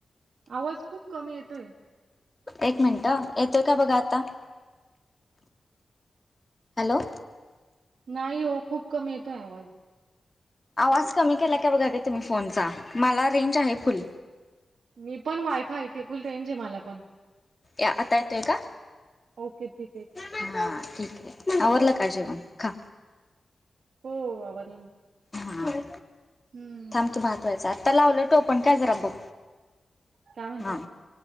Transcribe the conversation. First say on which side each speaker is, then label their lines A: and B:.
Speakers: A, on the right; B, on the left.
A: आवाज खूप कमी येतोय
B: एक मिनिट हं येतोय का बघा आता हॅलो
A: नाही हो खूप कमी येतोय आवाज
B: आवाज कमी केला काय बघा की तुम्ही फोनचा मला रेंज आहे फुल
A: मी पण वायफाय इथे फुल रेंज आहे मला पण
B: आता येतोय का
A: ओके ठीक आहे
B: हा ठीक आहे. आवरलं का जेवण खा.
A: हो आवरल ना.
B: हां
A: हम्म.
B: थांब कि भातव्हायचा आहे, आता लावल टोपण काय जरा बघ
A: काय म्हणता
B: हा.